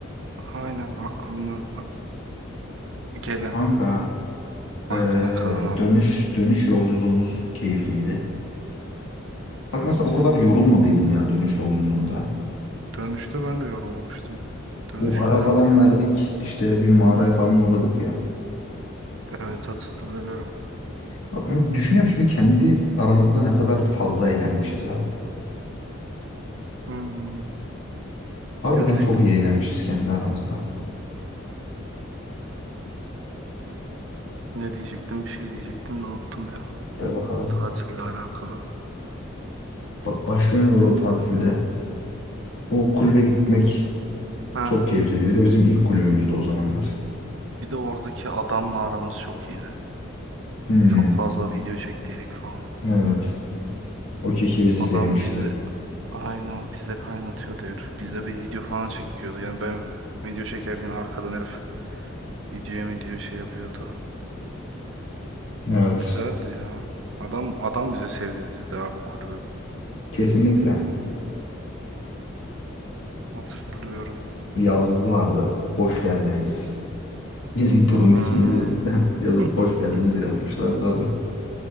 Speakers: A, on the right; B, on the left.
A: aynen aklına gelen,
B: Kanka
A: aklına
B: eee,
A: kazanan.
B: dönüş dönüş yolculuğumuz keyifliydi. Bak
A: Evet.
B: mesela o kadar yorulmadıydım ya dönüş yolculuğunda.
A: Dönüşte ben de yorulmamıştım. Dönüş
B: Bu ara
A: güzeldi
B: falan
A: ya.
B: verdik işte bir mağaraya falan uğradık ya.
A: Evet hatırlıyorum.
B: Ama Düşünüyorum şimdi kendi aramızda ne kadar fazla eğlenmişiz abi.
A: Hmm,
B: Harbiden
A: gerçekten.
B: çok iyi eğlenmişiz kendi aramızda.
A: Ne diyecektim? Bir şey diyecektim de unuttum ya.
B: De bakalım.
A: tatille alakalı.
B: Bak başka ne var o tatilde? O kulübe gitmek
A: Ha,
B: çok keyifliydi. Bir de bizim ilk kulübümüzdü o zamanlar.
A: Bir de oradaki adamla aramız çok iyiydi.
B: Hmm,
A: Çok fazla video çektiydik falan.
B: evet. O kişi bizi
A: Adam
B: sevmişti.
A: bizde aynen bizde kaynatıyordu herif. Bizde bir video falan çekiyordu. Yani ben video çekerken arkadan herif videoya mı diyor şey yapıyordu.
B: Evet.
A: Güzeldi ya. Adam adam bize sevdirdi abi kulübü.
B: Kesinlikle.
A: Hatırlıyorum.
B: Yazdılardı. Hoş geldiniz. Bizim turun
A: Hmm,
B: ismini bir <laughs> yazıp
A: <laughs>
B: hoş geldiniz yazmışlardı abi.